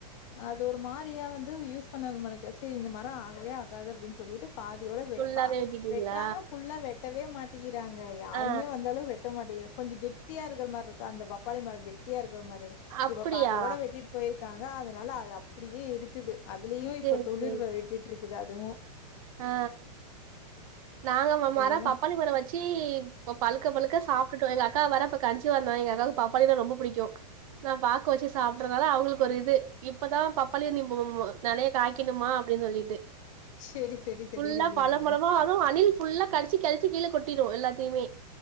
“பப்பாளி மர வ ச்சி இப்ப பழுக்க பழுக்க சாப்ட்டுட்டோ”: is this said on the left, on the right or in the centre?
Right